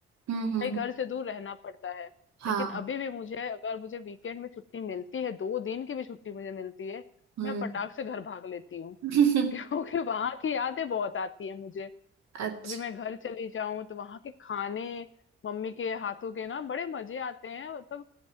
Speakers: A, on the right; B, on the left.
A: हम्म हम्म
B: भाई घर
A: हम्म।
B: से दूर रहना पड़ता है
A: हाँ
B: लेकिन अभी भी मुझे अगर मुझे वीकेंड में छुट्टी मिलती है दो दिन की भी छुट्टी मुझे मिलती है
A: हम्म
B: मैं फटाक से घर भाग लेती हूँ
A: <laughs>
B: <laughs> क्योंकि वहां की यादें बहुत आती है मुझे
A: अच्छा
B: अभी मैं घर चली जाऊं तो वहां के खाने मम्मी के हाथों के ना बड़े मजे आते हैं मतलब